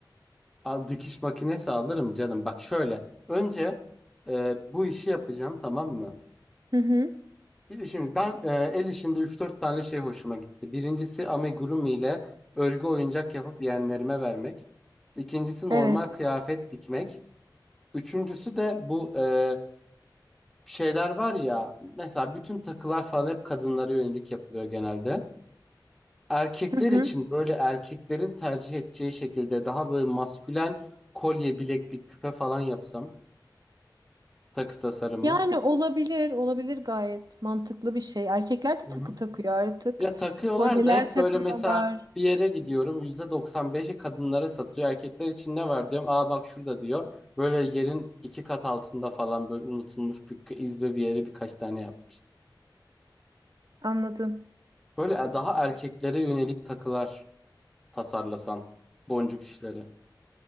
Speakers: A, in the centre; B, on the right (about 55°).
A: Al, dikiş makinesi alırım canım. Bak şöyle. Önce e, bu işi yapacağım tamam mı?
B: Hı hı.
A: E, Şimdi ben e, el işinde üç dört tane şey hoşuma gitti. Birincisi amigurumi ile örgü oyuncak yapıp yeğenlerime vermek. İkincisi
B: Evet.
A: normal kıyafet dikmek. Üçüncüsü de bu e, şeyler var ya. Mesela bütün takılar falan hep kadınlara yönelik yapılıyor genelde. Erkekler
B: Hı hı.
A: için böyle erkeklerin tercih edeceği şekilde daha böyle maskülen kolye, bileklik, küpe falan yapsam. Takı tasarımı.
B: Yani olabilir, olabilir gayet mantıklı bir şey. Erkekler de
A: Hı
B: takı
A: hı.
B: takıyor artık.
A: Ya takıyorlar
B: Kolyeler
A: da hep
B: takıyorlar.
A: böyle mesela bir yere gidiyorum %95'i kadınlara satıyor. Erkekler için ne var diyorum. Aa bak şurada diyor. Böyle yerin iki kat altında falan böyle unutulmuş bir izbe bir yere birkaç tane yapmış.
B: Anladım.
A: Böyle e, daha erkeklere yönelik takılar tasarlasam. Boncuk işleri.